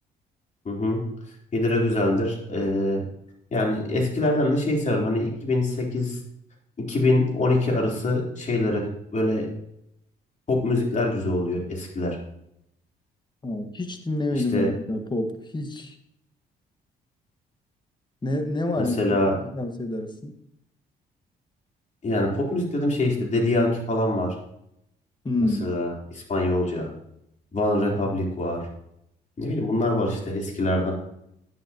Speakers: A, on the left (about 40°); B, on the left (about 25°).
A: Hı hı. Hydra güzeldir. Ee, yani eskilerden de şey seviyorum. Hani 2008-2012 arası şeyleri böyle pop müzikler güzel oluyor eskiler.
B: Ha, hiç dinlemedim
A: İşte
B: abi ya pop. Hiç. Ne, ne var
A: mesela
B: mesela? Hangi tavsiye edersin?
A: yani pop müzik dedim şey işte Daddy Yankee falan var.
B: Hmm.
A: Mesela İspanyolca. One Republic var. Ne bileyim bunlar var işte eskilerden.